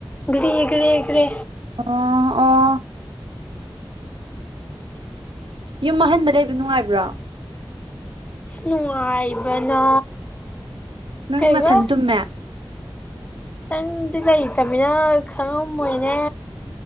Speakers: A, on the left; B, on the right.
A: ꯒꯔꯦ ꯒꯔꯦ ꯒꯔꯦ
B: ꯑꯣ ꯑꯣ ꯌꯨꯝ ꯑꯍꯟꯕ ꯂꯩꯕ ꯅꯨꯡꯉꯥꯏꯕ꯭ꯔꯣ
A: ꯅꯨꯡꯉꯥꯏꯕꯅ
B: ꯅꯪ
A: ꯀꯩꯕ
B: ꯅꯊꯟ ꯇꯨꯝꯃꯦ
A: ꯅꯪꯗꯤ ꯂꯩꯇꯝꯃꯤꯅ ꯈꯪꯉꯝꯃꯣꯏꯅꯦ